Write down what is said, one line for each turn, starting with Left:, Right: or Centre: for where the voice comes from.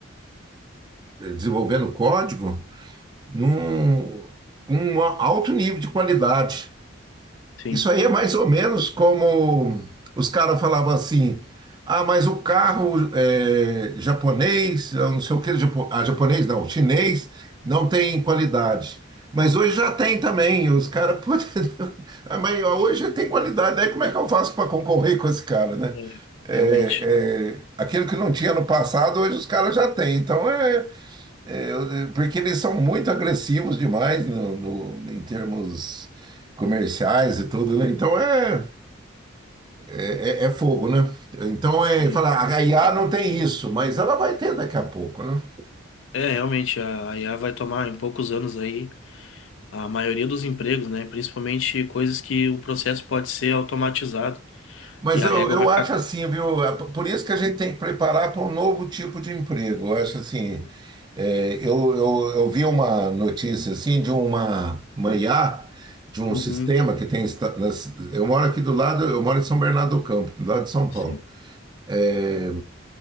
Right: desenvolvendo código num um alto nível de qualidade.
Left: sim.
Right: Isso aí é mais ou menos como os caras falavam assim: ah, mas o carro é, japonês, eu não sei o que, japo- ah, japonês não, chinês, não tem qualidade. Mas hoje já tem também, os caras, pô, <laughs> ah, mas hoje tem qualidade, aí como é que eu faço para concorrer com esse cara, né?
Left: É,
Right: É,
Left: realmente.
Right: é, aquilo que não tinha no passado, hoje os caras já têm. Então é eu- eu- é, Porque eles são muito agressivos demais no, no- em termos comerciais e tudo, né? Então é, é, é- é fogo, né? Então
Left: Sim.
Right: é falar, a IA não tem isso, mas ela vai ter daqui a pouco, né?
Left: É, realmente, a a IA vai tomar em poucos anos aí a maioria dos empregos, né? Principalmente coisas que o processo pode ser automatizado
Right: Mas
Left: e a
Right: eu,
Left: régua
Right: eu
Left: vai ficar.
Right: acho assim, viu? É p- Por isso que a gente tem que preparar para um novo tipo de emprego. Eu acho assim, é, eu, eu, eu vi uma notícia assim de uma, uma IA, de um
Left: Uhum.
Right: sistema que tem. esta- nas- Eu moro aqui do lado, eu moro em São Bernardo do Campo, do lado de São Paulo.
Left: Sim,
Right: É,